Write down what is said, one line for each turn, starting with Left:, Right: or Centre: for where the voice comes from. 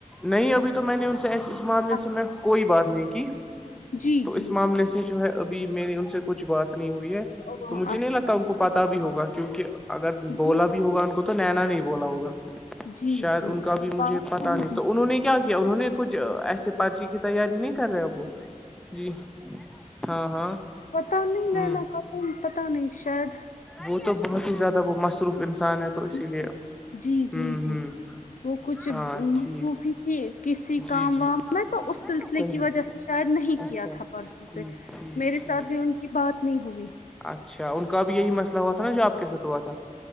Centre: نہیں ابھی تو میں نے ان سے ایس اس معاملے
Left: اچھا
Centre: سے میں کوئی
Left: اچھا،
Centre: بات نہیں کی
Left: جی
Centre: تو
Left: جی
Centre: اس معامل سے جو ہے اب میری ان سے کچھ بات نہیں ہوئی ہے
Left: او اچھا
Centre: تو مجھے
Left: اچھا
Centre: نہیں لگتا ان کو پ بھی ہوگا کیونکہ اگر بولا
Left: جی
Centre: بھی ہوگا ان کو تو نینا نہیں بولا ہوگا
Left: جی
Centre: شاید
Left: جی
Centre: ان کا
Left: اب
Centre: بھی
Left: بات
Centre: مجھے پتا
Left: ہوئی
Centre: نہیں
Left: بھی
Centre: تو انہوں نے
Left: تھی۔
Centre: کیا کیا انہوں نے کچھ ایسے پرچی کی تیاری نہیں کر رہا وہ جی ہاں ہاں
Left: پتہ نہیں
Centre: ہ
Left: نینا خاتون پتہ نہیں شید
Centre: وہ تو بہت ہی زیادہ وہ مصروف
Left: <inaudible>
Centre: انسان ہے تو اسی لیے
Left: جی جی
Centre: ہ
Left: جی
Centre: ہ
Left: <inaudible> وہ کچھ
Centre: ہاں ٹھیک
Left: مصروفی تھی کسی کام
Centre: جی جی
Left: وام میں تو اس سلسلے
Centre: صحیح
Left: کی وجہ سے شاید نہیں
Centre: اچھا
Left: کیا تھا پرسوں
Centre: ٹھیک
Left: سے
Centre: ٹھیک
Left: میرے
Centre: ٹھیک
Left: ساتھ بھی ان کی بات نہیں ہوئی
Centre: اچھا ان کا بھی یہی مسئلہ ہوا تھا نا جو آپ کے ساتھ ہوا تھا